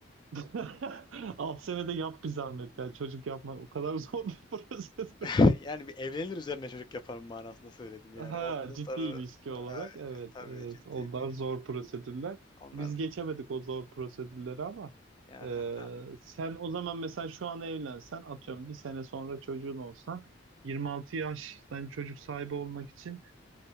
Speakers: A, on the right (about 80°); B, on the left (about 25°).
A: <laughs> Alt senede yap bir zahmet. Yani çocuk yapmak o kadar zor bir <laughs> prosedür.
B: <laughs> Yani bir evlenir üzerine çocuk yaparım manasında söyledim yani.
A: Ha,
B: O, o
A: ciddi
B: tar-
A: ilişki
B: Ha,
A: olarak evet
B: tabii
A: evet
B: ciddi
A: onlar
B: bir
A: zor
B: iş.
A: prosedürler.
B: Onlar
A: Biz geçemedik o zor prosedürleri ama
B: ya
A: e, sen o zaman mesela şu an evlensen atıyorum bir sene sonra çocuğun olsa 26 yaş yani çocuk sahibi olmak için